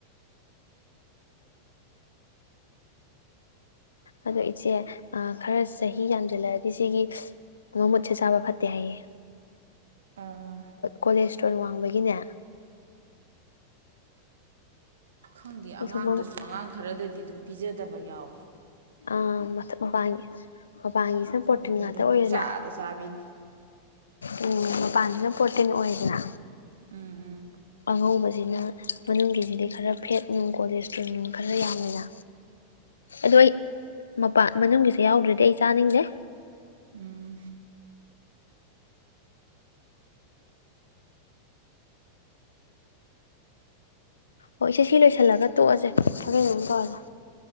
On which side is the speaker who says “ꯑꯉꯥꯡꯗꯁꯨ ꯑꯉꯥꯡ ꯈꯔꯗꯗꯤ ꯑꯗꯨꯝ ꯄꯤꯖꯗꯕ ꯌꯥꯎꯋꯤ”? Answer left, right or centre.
Right